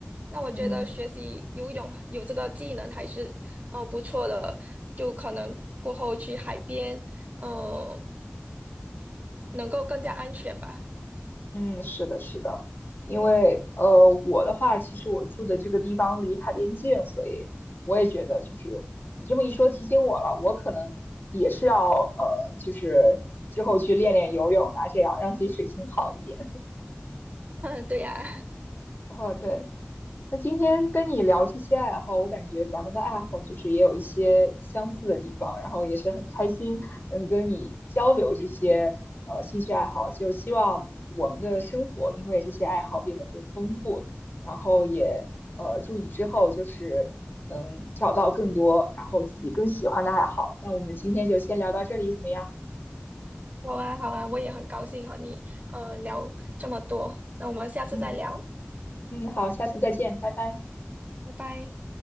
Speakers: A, on the right (about 40°); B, on the left (about 50°).
A: 那我觉得学习游泳有这个技能还是嗯、
B: 嗯
A: 呃不错的，就可能过后去海边，嗯、能够更加安全吧。
B: 嗯，是的，是的，因为呃，我的话，其实我住的这个地方离海边近，所以我也觉得就是你这么一说提醒我了，我可能也是要呃，就是之后去练练游泳啊，这样让自己水性好一点。
A: <laughs> 对呀、
B: 哦，对。那今天跟你聊这些爱好，我感觉咱们的爱好就是也有一些相似的地方，然后也是很开心能跟你交流这些呃兴趣爱好，就希望我们的生活因为这些爱好变得更丰富，然后也呃祝你之后就是能找到更多，然后自己更喜欢的爱好。那我们今天就先聊到这里，怎么样？
A: 好啊，好啊，我也很高兴和你呃聊这么多，那我们下次再聊，
B: 嗯嗯，好，下次再见，拜拜。
A: 拜拜。